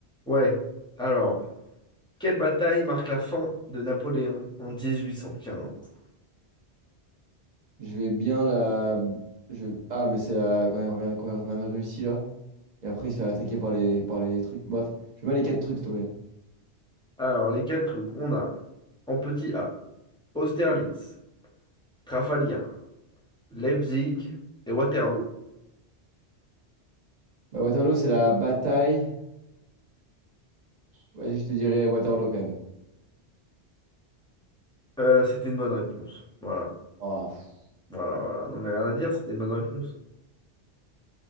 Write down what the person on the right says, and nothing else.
Je vais bien la. Je... Ah, mais c'est la- quand elle revient... quand elle revient de Russie, là. Et après, il se fait attaquer par les, par les trucs. Bref, je mets les quatre trucs, s'il te plaît.
Bah, Waterloo, c'est la bataille. Vas-y, je te dirais Waterloo quand même.
Ah, pff.